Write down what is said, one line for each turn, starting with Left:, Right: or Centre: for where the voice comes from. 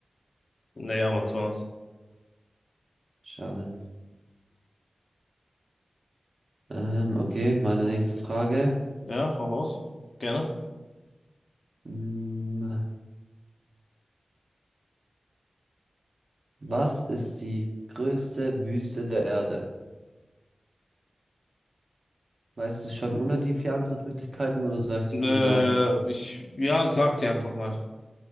Left: Nee, Amazonas.
Right: Schade. Ähm, okay, meine nächste Frage.
Left: Ja, hau raus. Gerne.
Right: Hm, Was ist die größte Wüste der Erde? Weißt du es schon ohne die vier Antwortmöglichkeiten oder soll ich die
Left: Äh,
Right: dir sagen?
Left: ich, ja, sag dir einfach mal.